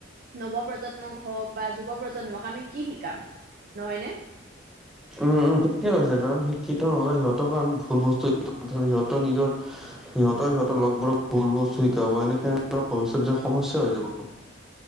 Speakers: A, on the right; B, in the centre.
A: নৱ প্ৰজন্মক হওক বা যুৱ প্ৰজন্মক আমি কি শিকাম, নহয় নে?
B: উম, উম, ঠিকেই হৈছে কাৰণ শিক্ষিত নহলে সিহঁতকো আমি ভুল বস্তু ধৰ সিহঁতৰ নিজৰ সিহঁতে সিহঁতৰ লগ বোৰ ভুল বস্তু শিকাব এনেক হ'লে টো ভবিষ্যত যে সমস্যা হৈ যাব।